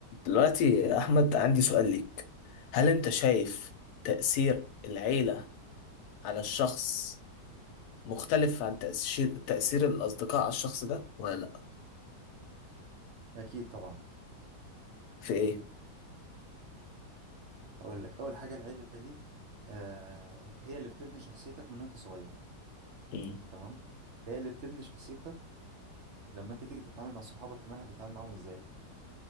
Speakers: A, on the left; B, on the right.
A: دلوقتي يا أحمد عندي سؤال ليك هل أنت شايف تأثير العيلة على الشخص مختلف عن تأثير تأثير الأصدقاء على الشخص ده ولا لأ؟
B: أكيد طبعا
A: في إيه؟
B: أقول لك أول حاجة العيلة دي آه هي اللي بتبني شخصيتك من وأنت صغير
A: امم
B: تمام هي اللي بتبني شخصيتك لما أنت تيجي تتعامل مع صحابك كمان هتتعامل معاهم إزاي